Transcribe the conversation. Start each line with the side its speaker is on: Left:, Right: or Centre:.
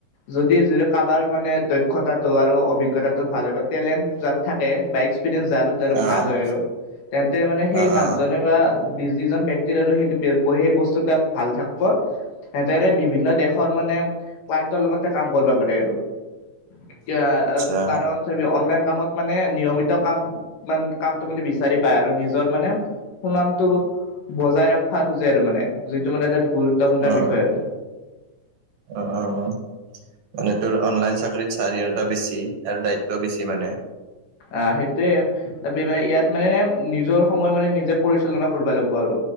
Left: যদি যদি কাৰোবাৰ মানে দক্ষতাটো আৰু অভিজ্ঞ অভিজ্ঞতা তো ভাল হয়, টেলেণ্ট তাত থাকে বাইক পিতেন যাত আৰু
Right: অ',
Left: ভাল হয় আৰু তেন্তে মানে সেই
Right: অ',
Left: মানুহজনে
Right: অ',
Left: বা যিজন ব্যক্তিৰ আৰু সেই সেই বস্তু তাত ভাল থাকিব। তেনে বিভিন্ন দেশৰ মানে ক্লাইণ্টৰ লগতে কাম কৰিব পাৰে আৰু। এতিয়া
Right: আচ্ছা
Left: কাৰণ ছাবি অনলাইন কামত। মানে নিয়মিত কাম মান কামটো মানে বিচাৰি পায় আৰু নিজৰ মানে। সুনামটো বজাই ৰাখিব খোজে আৰু মানে, যিটো মানে এটা গুৰুত্বপূৰ্ণ
Right: অ',
Left: বিষয় আৰু।
Right: অ', অ', মানে তোৰ অনলাইন চাকৰিত স্বাধীনতা বেছি আৰু দায়িত্ব বেছি মানে।
Left: আহ সেইটোয়ে তাৰ মানে ইয়াত মানে নিজৰ সময় মানে নিজে পৰিচালনা কৰিব লাগিব আৰু।